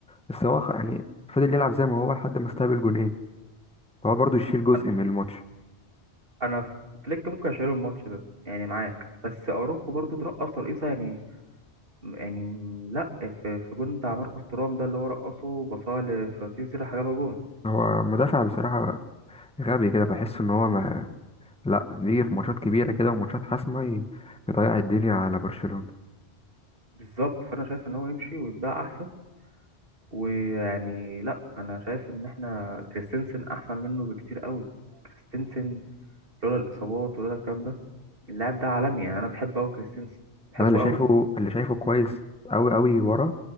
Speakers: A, in the centre; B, on the right (about 55°).
A: بس هو خ- يعني فضل يلعب زي ما هو لحد ما استقبل جونين فهو برضه يشيل جزء
B: انا
A: من الماتش
B: انا فليك ممكن اشيله الماتش ده يعني معاك بس اروخو برضو ترقص ترقيصه يعني يعني لا في في جون بتاع ماركوس تورام ده اللي هو رقصه بصاله لفراتيزي راح جابها جون
A: هو مدافع بصراحة غبي كده بحس ان هو ما لا بيجي في ماتشات كبيرة كده وماتشات حاسمة ي- يضيع الدنيا على برشلونة
B: بالظبط فانا شايف ان هو يمشي ويتباع احسن ويعني لا انا شايف ان احنا كريستنسن احسن منه بكتير قوي كريستنسن لولا الاصابات ولولا الكلام ده اللاعب ده عالمي يعني انا بحبه قوي كريستنسن بحبه
A: انا اللي شايفه
B: قوي
A: اللي شايفه كويس قوي قوي ورا